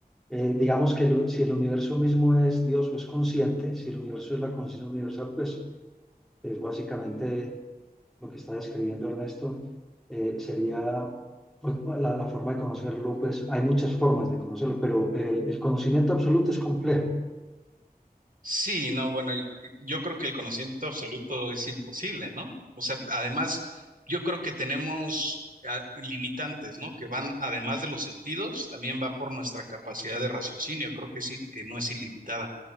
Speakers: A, in the centre; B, on the right.
A: Eh, digamos que el- si el universo mismo es Dios o es consciente, si el universo es la conciencia universal, pues es básicamente lo que está describiendo Ernesto, eh, sería pues, la, la forma de conocerlo, pues hay muchas formas de conocerlo, pero el, el conocimiento absoluto es complejo.
B: Sí, no, bueno, y- yo creo que el conocimiento absoluto es imposible, ¿no? O sea, además, yo creo que tenemos ah, limitantes, ¿no? Que van, además de los sentidos, también va por nuestra capacidad de raciocinio. Creo que sí, que no es ilimitada.